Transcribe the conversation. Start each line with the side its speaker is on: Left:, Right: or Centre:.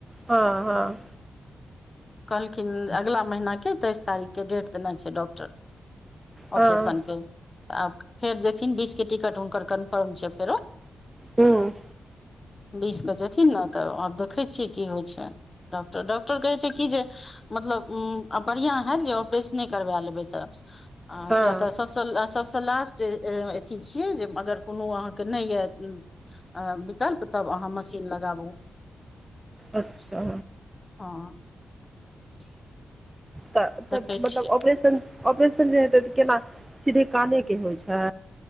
Right: हँ हँ
Left: कहलखिन अगलाा महिना के तेइस तारीख कें डेट देने छै डॉक्टर
Right: हँ
Left: अपरेशन के फेर जेथिन बीस कें टिकट हुनकर कन्फर्म छै। फेरो
Right: हूँ
Left: बीसकें जेथिन न तऽ आब देखै छियै की होइ छै। डॉक्टर डॉक्टर कहै छै। की जे मतलब बढ़िआँ होत जे ऑपरेशने करबा लेबै तऽ आ
Right: हँ
Left: कियाा तऽ सबसँ ल सभसँ लास्ट अथी छियै जे अगर कोनो अहाँके नहि यऽ अ विकल्प तब अहाँ मशीन लगाबू
Right: अच्छा
Left: हँ
Right: तऽ तऽ
Left: देखै
Right: मतलब
Left: छियै
Right: ऑपरेशन ऑपरेशन जे हेतै त केना सीधे काने के होइ छै।